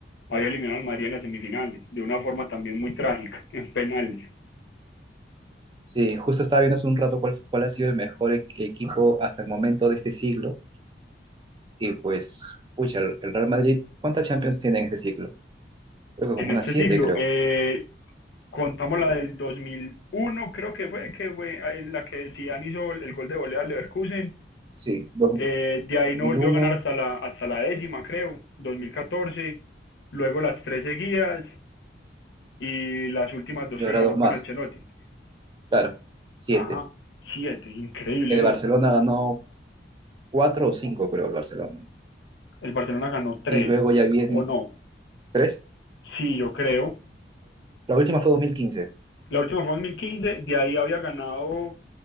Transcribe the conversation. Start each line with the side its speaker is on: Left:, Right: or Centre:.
Left: Había eliminado al Madrid en las semifinales, de una forma también muy trágica, <laughs> en penales.
Right: Sí, justo estaba viendo hace un rato cuál, cuál ha sido el mejor e- equipo hasta el momento de este siglo. Y pues, pucha, el, el Real Madrid, ¿cuántas Champions tiene en este siglo? Creo que como
Left: En
Right: unas
Left: este
Right: siete,
Left: siglo,
Right: creo.
Left: eh, contamos la del 2001, creo que fue, que fue eh, la que Zidane hizo el el gol de volea al Leverkusen.
Right: Sí, dos-
Left: Eh, de ahí
Right: 2001
Left: no volvió a ganar hasta la, hasta la décima, creo, dos mil catorce Luego las tres seguidas y las últimas dos
Right: y
Left: que
Right: ahora
Left: ganó
Right: dos más.
Left: con Ancelotti.
Right: Claro, siete.
Left: Ajá, siete, increíble,
Right: El
Left: ¿no?
Right: Barcelona ganó cuatro o cinco, creo, el Barcelona.
Left: El Barcelona ganó tres,
Right: Y luego ya viene
Left: ¿o no?
Right: tres.
Left: Sí, yo creo.
Right: La última fue dos mil quince
Left: La última fue en dos mil quince de ahí había ganado